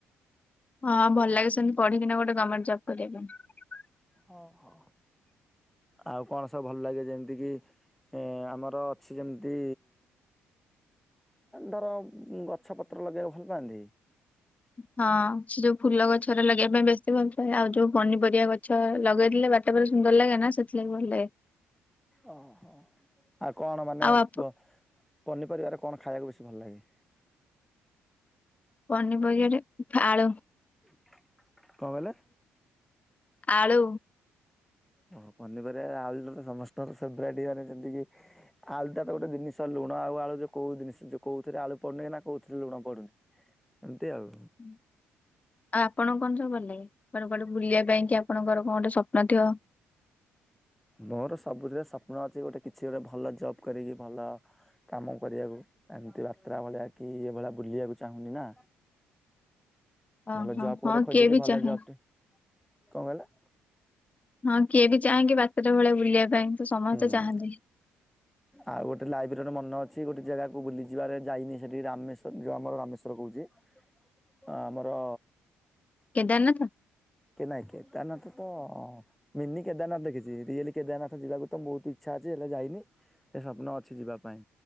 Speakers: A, on the left (about 25°); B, in the centre.
A: ହଁ ଭଲ ଲାଗେ ସେମିତି ପଢିକିନା ଗୋଟେ ଗମେଣ୍ଟ ଜବ୍ କରିବା ପାଇଁ।
B: ଓ ହୋ। ଆଉ କଣ ସବୁ ଭଲ ଲାଗେ ଯେମିତି କିି ଏ ଆମର ଅଛି ଯେମିତି ଧର ଗଛ ପତ୍ର ଲଗେଇବାକୁ ଭଲ ପାଆନ୍ତି?
A: ପାଇଁ ହଁ ସେ ଯୋଉ ଫୁଲ ଗଛରେ ଲଗେଇବା ପାଇଁ ବେଶୀ ଭଲ ପାଏ ଆଉ ଯୋଉ ପନିପରିବା ଗଛ ଲଗେଇଦେଲେ ବାରିଟା ପୂରା ସୁନ୍ଦର ଲାଗେ ନା ସେଥିଲାଗି ଭଲ ଲାଗେ।
B: ଓହୋ ଆଉ କଣ ମାନେ
A: ଆଉ ଆପ
B: ପନିପରିବାରେ କଣ ଖାଇବାକୁ ଭଲ ଲାଗେ?
A: ପନିପରିବାରେ ଆଳୁ।
B: କଣ କହିଲେ?
A: ଆଳୁ।
B: ଓ ପନିପରିବା ଆଉ ସମସ୍ତଙ୍କ ଫୋବରାଇଟ ଯେମତି କି ଆଳୁ ଟା ତ ଗୋଟେ ଜିନିଷ। ଲୁଣ ଆଉ ଆଳୁରେ କୋଉ ଜିନିଷ କୋଉଥିରେ ଆଳୁ ପଡୁନି ନା କୋଉଥିରେ ଲୁଣ ପଡୁନି ଏମିତି ଆଉ।
A: ହୁଁ। ଆଉ ଆପଣକୁ କଣ ସବୁ ଭଲ ଲାଗେ ମାନେ କୁଆଡେ ବୁଲିବା ପାଇଁ କି ଆପଣଙ୍କର କଣ ଗୋଟେ ସ୍ୱପ୍ନ ଥିବ।
B: ମୋର ସବୁଥିରେ ସ୍ୱପ୍ନ ଅଛି ଗୋଟେ କିଛି ଗୋଟେ ଭଲ ଜବ କରିକି ଭଲ କାମ କରିବାକୁ। ଏମତି ବାତ୍ରା ଭଳିଆ କି ଏ ଭଳିଆ ବୁଲିବାକୁ ଚାହୁଁନି ନା।
A: ହଁ
B: ଭଲ
A: ହଁ
B: ଜବ୍ ଗୋଟେ
A: ହଁ
B: ଖୋଜଛି
A: କିଏ ବି
B: ଭଲ
A: ଚାହେଁ
B: ଜବ ଟେ କଣ କହିଲା?
A: ହଁ କିଏ ବି ଚାହେଁକି ବାତ୍ରା ଭଳିଆ ବୁଲିବା ପାଇଁ। ତ ସମସ୍ତେ
B: ହୁଁ
A: ଚାହାନ୍ତି
B: ଆଉ ଗୋଟେ ଲାଇବ୍ରେରୀର ମନ ଅ କିଛି ଗୋଟେ ଜାଗାକୁ ବୁଲିଯିବାରେ ଯାଇନି ସେଠି ରାମେଶଵର ଯୋଉ ଆମର ରାମେଶ୍ଵର କହୁଚି। ହଁ ଆମର
A: କେଦାର ନାଥା?
B: କେ ନାଇଁ କେଦାରନାଥ ତ ମିନି କେଦାରନାଥ ଦେଖିଚି ରିଏଲ୍ କେଦାରନାଥ ଯିବାକୁ ତ ବହୁତ ଇଛା। ଆଯି ହେଲେ ଯାଇନି ହେଲେ ଏ ସ୍ବପ୍ନ ଅଛି ଯିବା ପାଇଁ